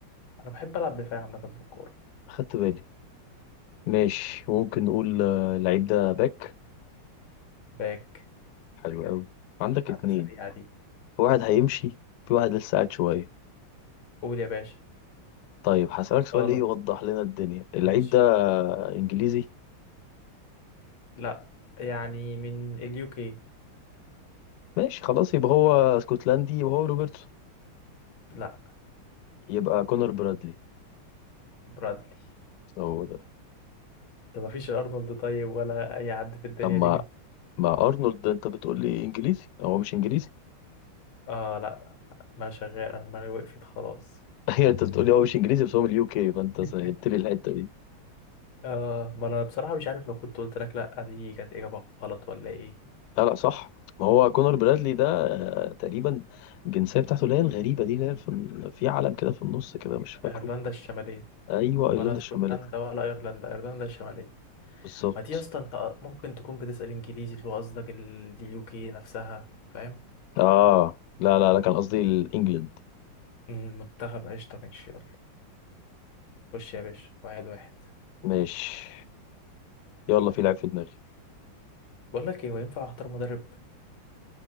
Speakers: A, on the left (about 70°); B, on the left (about 85°).
A: انا بحب العب دفاع عامه في الكوره
B: خدت بالي ماشي ممكن نقول آه، اللعيب ده باك
A: باك
B: حلو قوي عندك
A: على
B: اتنين
A: سريعه دي
B: في واحد هيمشي في واحد لسه قاعد شويه
A: قول يا باشا
B: طيب هسألك سؤال
A: غلط
B: ايه يوضح لنا الدنيا اللعيب
A: ماشي
B: ده انجليزي
A: لا يعني من اليو كي
B: ماشي خلاص يبقى هو اسكتلندي وهو روبرتسون
A: لا
B: يبقى كونر برادلي
A: برادلي
B: هو ده
A: طب مفيش ارنولد طيب ولا اي حد في الدنيا
B: طب
A: دي
B: ما
A: جه
B: ما ارنولد ده انت بتقول لي انجليزي هو مش انجليزي
A: اه لا ما شغال انا دماغي وقفت خلاص
B: <laughs> هي انت بتقول لي هو مش انجليزي بس هو من اليو كي فانت
A: <laughs>
B: سهلت لي الحته دي
A: آه ما أنا بصراحة مش عارف لو كنت قلت لك لأ دي كانت إجابة غلط ولا إيه
B: لا لا صح ما هو كونر برادلي ده آه، تقريبا الجنسيه بتاعته اللي هي الغريبه دي اللي هي في في علم كده في النص كده مش فاكره
A: ايرلندا الشماليه
B: ايوه ايرلندا
A: ولا اسكتلندا
B: الشماليه
A: ولا ايرلندا ايرلندا الشماليه
B: بالظبط
A: ما دي يا اسطى انت ممكن تكون بتسال انجليزي اللي هو قصدك اليو كي نفسها فاهم
B: اه لا لا لا كان قصدي الانجلند
A: المنتخب قشطه ماشي يلا خش يا باشا واحد واحد
B: ماشي يلا في لعيب في دماغي
A: بقول لك ايه هو ينفع اختار مدرب